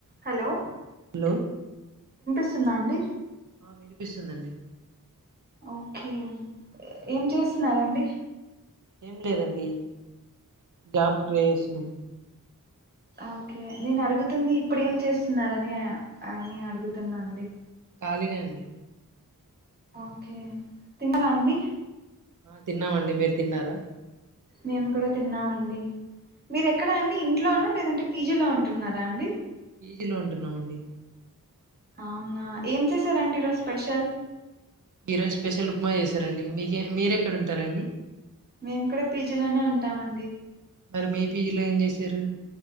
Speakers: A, on the right (about 30°); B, on the right (about 60°).
A: హలో
B: హలో
A: వస్తుందా అండి
B: ఆ వినిపిస్తుందండి
A: ఓకే ఏం చేస్తున్నారండి
B: ఏం లేదండి గ్యాబ్ డ్రైవర్స్ ను
A: ఓకే నేను అడుగుతుంది ఇప్పుడు ఏం చేస్తున్నారని నే అడుగుతున్నా అండి
B: ఖళిన అండి
A: ఓకే తిన్నారా అండి
B: ఆ తిన్నామండి మీరు తిన్నారా
A: మేము కూడా తిన్నామండి మీరు ఎక్కడ అండి ఇంట్లోనా లేదంటే పీజీలో ఉంటున్నారా అండి
B: పిజీలో ఉంటున్నామండి
A: అవునా ఏం చేశారండి ఇ రోజ స్పెషల్
B: మీరోజు స్పెషల్ ఉప్మా చేశారండి మీకే మీరెక్కడ ఉంటారండి
A: మేము కూడా పీజీలోనే ఉంటామండి
B: మరి మీ పీజీ లో ఏం చేసారు